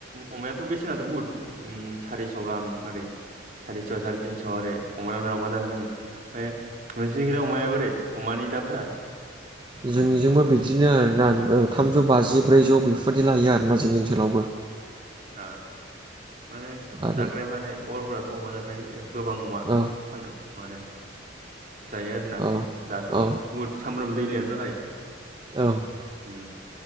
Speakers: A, on the right; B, on the right.
A: अमायाथ' बेसेना थ' बुहुथ उम सारिस' गाहाम ओरै सारिस' साराय तिनस' ओरै अमाना अमादाम दङो ओमफ्राय नोंसिनि थिं अमाया बोरै अमानि दाम फोरा?
B: जोंनिजोंबो बिदिनो आरोना ओ थामजौ बाजि ब्रैजौ बेफोरबायदि लायो आरोना जोंनि ओनसोलावबो
A: ओ माने
B: आरो
A: जाग्राया माने बर' हारिफोराथ' अमा जाखायो गोबां अमा
B: औ
A: फाननाय माने जायो आरोना
B: औ
A: दाथ'
B: औ
A: बुहुद सामब्राम दैलियाथ' जायो।
B: औ
A: उम